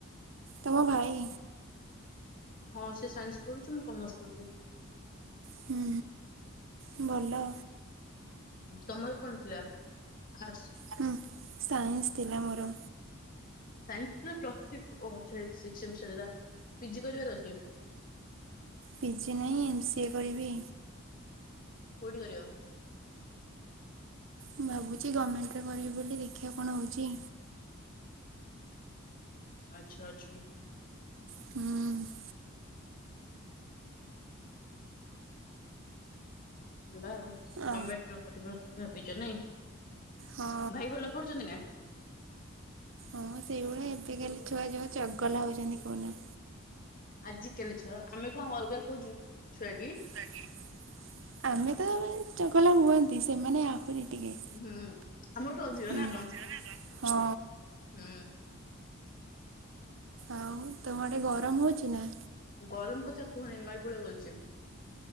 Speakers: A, on the right; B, on the left.
A: ତୁମ ଭାଇ
B: ହଁ ସିଏ ସାଇନ୍ସ ପଢ଼ୁଛି ମୁଁ କମର୍ସ ପଢ଼ିଲି।
A: ହୁଁ ହୁଁ ଭଲ
B: ତମର କଣ ଥିଲା ଆର୍ଟସ?
A: ହୁଁ ସାଇନ୍ସ ଥିଲା ମୋର।
B: ସାଇନ୍ସ ରେ ପ୍ଲସ୍ ଥ୍ରି ଓହୋ ଆଛା <unintelligible> ସିକ୍ସ ସେମିଷ୍ଟରରେ <unintelligible> ପିଜି କରିବାରେ ଅଛି?
A: ପିଜି ନାହିଁ ଏମ ସି ଏ କରିବି।
B: କୋଉଠି କରିବ?
A: ମୁଁ ଭାବୁଛି ଗମେଣ୍ଟରେ କରିବି ବୋଲି ଦେଖିବା କଣ ହଉଛି।
B: ଆଚ୍ଛା ଆଚ୍ଛା ହୁଁ।
A: ହୁଁ।
B: ହେଲା ଆଉ
A: ଆ
B: ଗମେଣ୍ଟର କରିବା ଭାବିଛ ନାଇଁ?
A: ହଁ।
B: ଭାଇ ଭଲ ପଢୁଛନ୍ତି ନା?
A: ହଁ ସେଇଭଳିଆ ଏବେ କାଲି ଛୁଆ ଯୋଉ ଚଗଲା ହଉଛନ୍ତି କହୁନା।
B: ଆଜି କାଲି ଛୁଆ, ଆମେ କଣ ଅଲଗା କୋଉ ଯୁ ଛୁଆ କି?
A: ଛୁଆ କି? ଆମେ ତ ଚଗଲ ହୁଅନ୍ତି ସେମାନେ ଆହୁରି ଟିକେ।
B: ହୁଁ ଆମଠୁ ଅଧିକ
A: ହୁଁ।
B: ନା କଣ?
A: ହଁ।
B: ହୁଁ।
A: ଆଉ? ତମ ଆଡେ ଗରମ ହଉଛିି ନା?
B: ଗରମ କଥା କୁହନି ନଈକୂଳେ ବଇଚି।